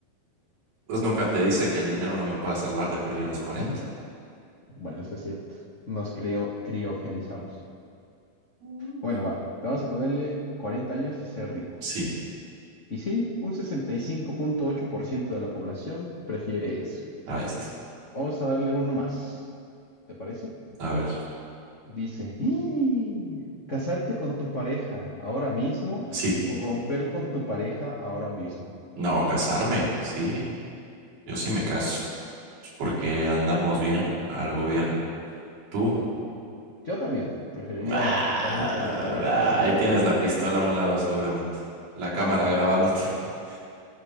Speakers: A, on the right (about 85°); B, on the left (about 80°).
A: pues nunca te dice que el dinero no me pueda salvar de morir a los 40.
B: Bueno, eso es cierto. Nos crio- criogenizamos.
A: Uy.
B: Bueno, va, vamos a ponerle 40 años y ser rico.
A: Sí,
B: Y sí, un sesenta y cinco punto ocho por ciento de la población prefiere eso.
A: ahí está.
B: Vamos a darle uno más. ¿Te parece?
A: A ver.
B: Dice, "¡Ih! ¿Casarte con tu pareja ahora mismo
A: Sí,
B: o romper con tu pareja ahora mismo?
A: no, casarme, sí, yo sí me caso, pues porque andamos bien al gobierno. ¿Tú?
B: Ok. Yo también preferiría
A: Ah,
B: casarme con mi pareja ahora mismo.
A: ahí tienes la pistola a un lado seguramente, la cámara
B: No,
A: grabándote.
B: no. ¿cómo crees?
A: <laughs>